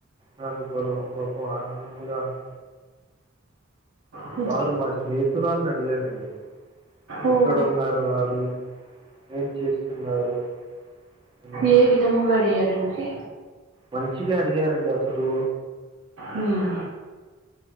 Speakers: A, on the right (about 25°); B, on the right (about 65°).
A: నాకు బలో బహు ఆనందంగా ఉంది
B: హ్మ్.
A: వారు మా స్నేహతురాలీని అడిగారండి
B: ఓహ్!
A: ఎక్కడున్నారు వారు ఏం చేస్తున్నారు అని
B: ఏ విధముగా అడిగారండి
A: మంచిగా అడిగారండి అసలు
B: ఉమ్